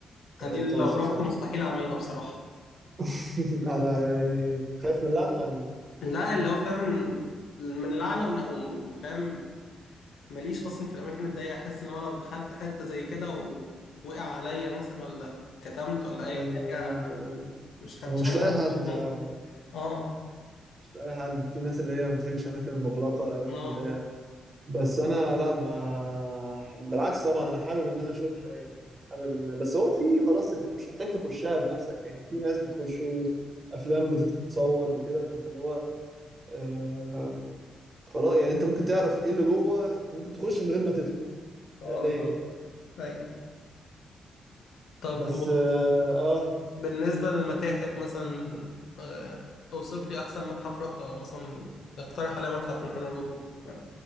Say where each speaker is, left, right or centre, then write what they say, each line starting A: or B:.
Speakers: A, on the right; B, on the left.
A: ما
B: آه، دي
A: جربتهاش
B: لو رحت
A: دي بصراحه
B: مستحيل أعملها بصراحة
A: <laughs> انا يعني خايف من اللعنه ولا ايه
B: لا اللي هو فاهم من لعنة ون- وفاهم ماليش أصلا في الأماكن الضيقة أحس إن هو لو دخلت حتة زي كده ووقع عليا مثلا ولا كتمت ولا
A: ايوه
B: أي حاجة
A: ايوه ايوه
B: مش مش
A: هو مش
B: عايز
A: لاقي
B: أموت
A: حد
B: <laughs> مخنوق
A: آه،
B: آه
A: مش لاقي حد في ناس اللي هي ما بتحبش الاماكن المغلقه الاماكن
B: آه
A: الضيقه بس انا لا ما بالعكس طبعا انا حابب ان انا اشوفها يعني حابب ان بس هو في خلاص انت مش محتاج تخشها بنفسك يعني في ناس بتخش افلام بتتصور وكده فانت اللي هو آه خلاص يعني انت ممكن تعرف ايه اللي جوه انت ممكن تخش من غير ما تدخل
B: آه
A: فعليا
B: آه
A: يعني
B: أيوة طب
A: بس اه, آه
B: وبالنسبة للمتاحف مثلا آه، أوصف لي أحسن متحف روحته أو مثلا اقترح عليا متحف ممكن أروحه في